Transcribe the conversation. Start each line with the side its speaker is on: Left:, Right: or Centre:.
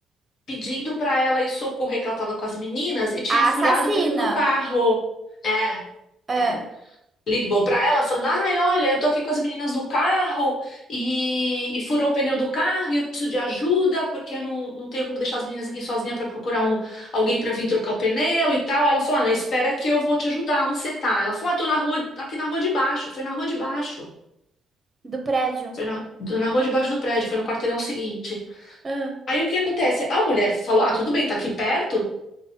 Left: pedindo para ela ir socorrer que ela estava com as meninas e tinha
Right: A
Left: furado
Right: assassina,
Left: o pneu do carro. É,
Right: ah,
Left: é. ligou pra ela falando: Ai, olha, eu tô aqui com as meninas no carro e, e furou o pneu do carro e eu preciso de ajuda porque eu não, não tenho como deixar as meninas aqui sozinha pra procurar um, alguém pra vir trocar o pneu e tal. Ela falou: "Ah, não espera que eu vou te ajudar, onde você tá? Ela falou: ah, tô na rua, aqui na rua de baixo. Foi na rua de baixo.
Right: do prédio.
Left: Foi na, na rua de baixo do prédio, foi no quarteirão seguinte.
Right: Ah,
Left: Aí o que acontece? A mulher falou: Ah, tudo bem, tá aqui perto.